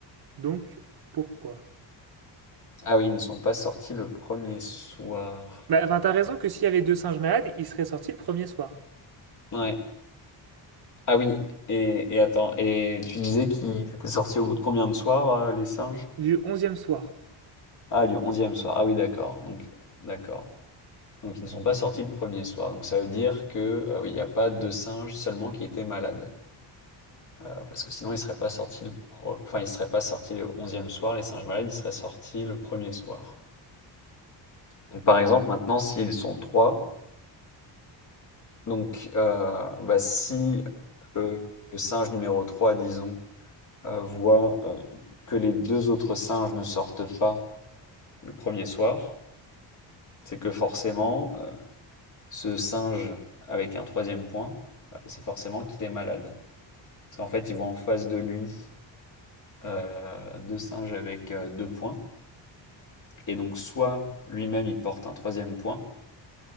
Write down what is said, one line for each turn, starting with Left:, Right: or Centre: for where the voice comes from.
Right: Donc pourquoi?
Left: Ah oui, ils ne sont pas sortis le premier soir.
Right: Bah enfin t'as raison que s'il y avait deux singes malades, ils seraient sortis le premier soir,
Left: Ouais. Ah oui, et, et attends, et tu disais qu'ils étaient sortis au bout de combien de soirs, euh, les singes?
Right: du onzième soir.
Left: Ah, du onzième soir. Ah oui, d'accord. Donc, d'accord. Donc, ils ne sont pas sortis le premier soir. Donc, ça veut dire que, euh, oui, il n'y a pas deux singes seulement qui étaient malades. Euh, parce que sinon, ils ne seraient pas sortis le pro- enfin, ils seraient pas sortis le onzième soir. Les singes malades, ils seraient sortis le premier soir. Donc, par exemple, maintenant, s'ils sont trois, Donc, euh, bah, si le, le singe numéro 3, disons, euh, voit euh, que les deux autres singes ne sortent pas le premier soir, c'est que forcément, euh, ce singe avec un troisième point, euh, c'est forcément qu'il est malade. Parce qu'en fait, il voit en face de lui euh, deux singes avec euh, deux points, et donc soit lui-même il porte un troisième point,